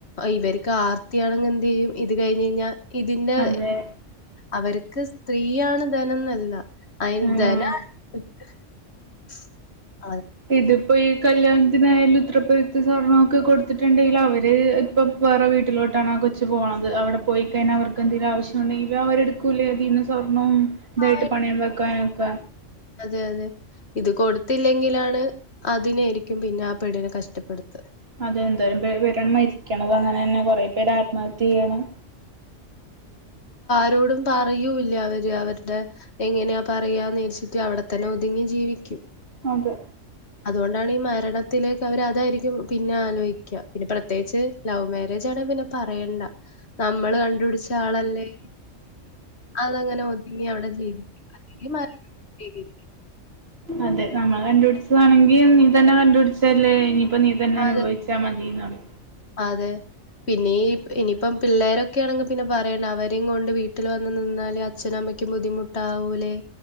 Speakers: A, on the left; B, on the right.
A: ഇവർക്ക് ആർത്തിയാണെ എന്ത്തു ചെയ്യും ഇത് കഴിഞ്ഞ് കഴിഞ്ഞാൽ ഇതിന്റെ
B: അതെ
A: അവർ ക്ക് സ്ത്രീയാണ് ധന എന്നല്ല അയിന്ന്താനെ
B: ആഹ്
A: <unintelligible>
B: ഇതിപ്പോൊ ഈ കല് ഏതിനായാലും ഉത്തരപ്പെൊരുത്ത് സ്വർണ്ണംൊക്കെ കൊടുത്തിട്ടുണ്ടെങ്കിൽ അവര് ഇപ്പം വേറെ വീട്ടിലോട്ടാണ് ആ കൊച്ച് പോണത് അവിടെ പോയി കഴിഞ്ഞാ അവർക്ക് എന്തെങ്കിലും ആവശ്യമ ഉണ്ടെങ്കിൽ അവരെടുക്കൂലേ അതിൽന്ന് സ്വർണ്ണവും ഇതായിട്ട്
A: ആ
B: പണയം വെക്കാനൊക്കെ
A: അതെ അതെ ഇത് കൊടുത്തില്ലെങ്കിലാണ് അതിനൊയിരിക്കും പിന്നെ ആ പെടിനെ കഷ്ടപ്പെടുത്തുന്നത്
B: അതെ എന്തായാലും പരണ്മരിക്കണം അങ്ങനെ തന്നെ കൊറെ പേരെ ആത്മഹത്യ ചെയ്യണം
A: അവരോടും പറയൂല്ല അവര് അവരുടെ എങ്ങനെയാ പറയന്ന്രിച്ചിട്ട് അവിടെത്തന്നെ ഒതുങ്ങി ജീവിക്കും
B: അതെ
A: അതുകൊണ്ടാണ് ഈ മരണത്തിലേക്ക് അവര് അതായിരിക്കും പിന്നെ ആലോചിക്കുക പിന്നെ പ്രത്യേകിച്ച് ലവ് മാരേജ ആണെങ്ക പിന്നെ പറയണ്ട നമ്മള് കണ്ടുപിടിച്ച ആളല്ലേ അതങ്ങനെ ഒതുങ്ങി അവിടെ ചെയ്ും അല്ലെങ്കിൽ മരണം ചെയ്തിനു
B: അതെ നമ്മൾ കണ്ടുപിടിച്ചതാണെങ്കി നീ തന്നെ കണ്ടുപിടിച്ചല്ലേ ഇനി ഇപ്പം നീ തന്നെ അനുവിച്ചൽ
A: അതെ
B: മതിന്ന് പറയും
A: അതെ പിന്നീ ഇനിയിപ്പം പിള്ളേരൊക്കെയ ആണെങ്കിൽ പിന്നെ പറയണ്ട അവരും കൊണ്ട് വീട്ടിൽ വന്ന് നിന്നാൽ അച്ഛന അമ്മയ്ക്കും ബുദ്ധിമുട്ടാവൂലേ